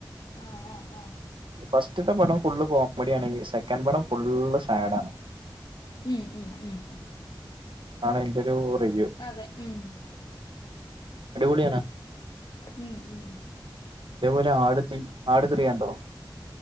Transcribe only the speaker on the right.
ഫസ്റ്റ്ത്തെ പടം ഫുള്ള് കോമഡി ആണെങ്കി സെ <unintelligible> പടം ഫുള്ള് സാഡാണ്
ആണ്അയ്ന്റൊരു റിവ്യൂ
അടിപൊളിയാണ്
അതേപോലെ ആട് തീ ആട് ത്രി കണ്ടോ